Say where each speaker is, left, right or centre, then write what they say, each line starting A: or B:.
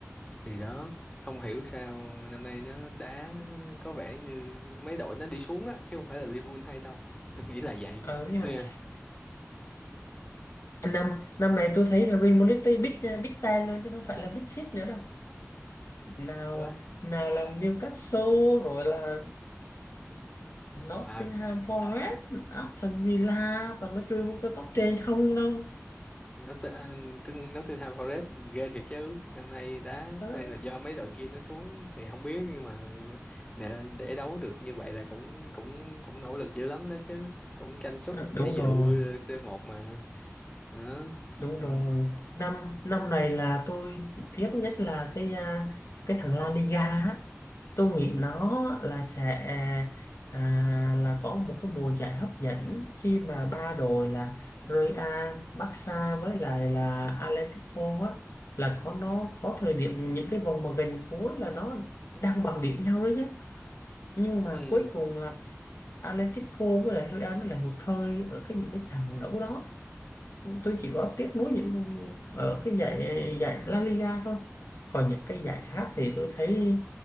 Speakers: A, on the left; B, on the left.
A: thì đó không hiểu sao năm nay nó đá có vẻ như mấy đội nó đi xuống á chứ không phải là Liverpool hay đâu <laughs> nghĩ là vậy
B: ờ nhưng mà
A: nè
B: năm
A: <laughs>
B: năm này tôi thấy là Real Madrid big big ten luôn chứ không phải là big six nữa đâu nào
A: quá
B: nào là Newcastle rồi là Nottingham
A: à
B: Forest Aston Villa toàn nó chơi với cái top trên không đâu
A: nó tên nó tên Nottingham Forest ghê thiệt chứ năm nay đá
B: Đó.
A: hay là do mấy đội kia nó xuống thì không biết nhưng mà nè, để đấu được như vậy là cũng cũng cũng nỗ lực dữ lắm đó chứ cũng tranh suất
B: à,
A: để
B: đúng
A: dự
B: rồi
A: C1 mà đó
B: đúng
A: ừ.
B: rồi năm năm này là tôi chỉ tiếc nhất là cái à, cái thằng La Liga á. tôi nghĩ nó là sẽ à, là có một cái mùa giải hấp dẫn khi mà ba đội là Real Barca với lại là Atletico á là có nó có thời điểm những cái vòng mà gần cuối là nó đang bằng điểm nhau đấy chứ nhưng mà
A: Ừ.
B: cuối cùng Atletico với lại Real nó là hụt hơi ở cái những cái trận đấu đó tôi chỉ có tiếp nối những ở cái giải giải La Liga thôi còn những cái giải khác thì tôi thấy